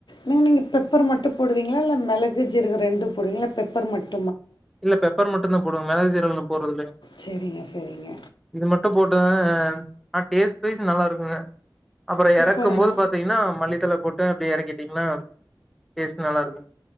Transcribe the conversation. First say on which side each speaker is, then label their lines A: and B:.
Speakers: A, on the left; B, in the centre.
A: நீங்க இங்க பெப்பர் மட்டு போடுவீங்களா இல்ல மிளகு ஜீரகு ரெண்டு போடுவீங்களா இல்ல பெப்பர் மட்டு
B: இல்ல பெப்பர் மட்டுதா போடுவ மிளகு சீரகலாம் போடறதுலைங்க
A: சரிங்க சரிங்க
B: இது மட்டு போட் ஆஹ் ஆன டேஸ்ட் வைஸ் நல்லா இருக்குங்க அப்புற
A: சூப்பருங்க
B: இறக்கும் போது பாத்தீங்கன்னா மல்லித்தல போட்டு அப்டி இறக்கி பாத்தீங்கன்னா டேஸ்ட் நல்லா இருக்கு